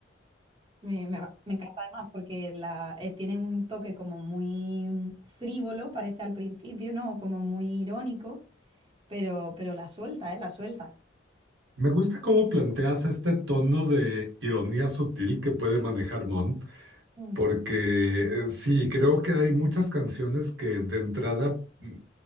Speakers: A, on the right (about 25°); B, on the right (about 75°).
A: Me, me va- me encanta además porque la, eh, tiene un toque como muy frívolo, parece al principio, ¿no? Como muy irónico pero, pero la suelta, ¿eh? La suelta.
B: Me gusta cómo planteas este tono de ironía sutil que puede manejar Montt.
A: Ujú.
B: Porque eh, sí, creo que hay muchas canciones que de entrada mm, eh,